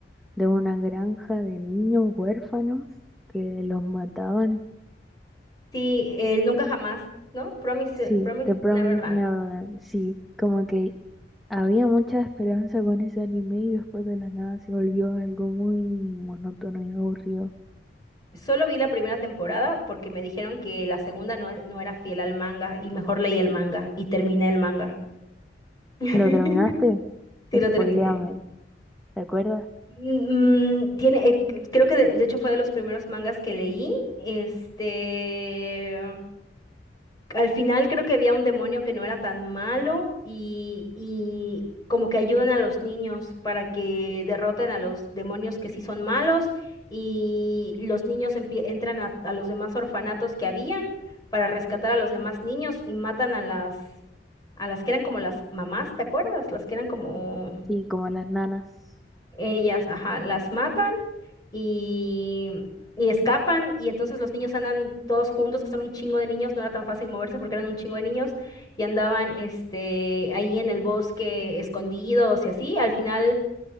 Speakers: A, in the centre; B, on the left (about 20°).
A: de una granja de niños huérfanos que los mataban?
B: Sí, el Nunca Jamás, ¿no? Promise,
A: Sí,
B: Promise
A: The Promised
B: Neverland.
A: Neverland, sí, como que había mucha esperanza con ese anime y después de la nada se volvió algo muy monótono y aburrido.
B: Solo vi la primera temporada porque me dijeron que la segunda no, e- no era fiel al manga y mejor leí el manga y terminé el manga. <laughs>
A: ¿Lo terminaste?
B: Sí, lo
A: Spoiléame,
B: terminé.
A: ¿te acuerdas?
B: Mm, mm, tiene, eh, c- creo que de, de hecho fue de los primeros mangas que leí. Este, Al final creo que había un demonio que no era tan malo y, y como que ayudan a los niños para que derroten a los demonios que sí son malos y los niños empie- entran a, a los demás orfanatos que habían para rescatar a los demás niños y matan a las, a las que eran como las mamás, ¿te acuerdas? Las que eran como
A: Sí, como las nanas.
B: ellas, ajá, las matan y, y escapan y entonces los niños andan todos juntos, que son un chingo de niños, no era tan fácil moverse porque eran un chingo de niños y andaban este, ahí en el bosque escondidos y así. Al final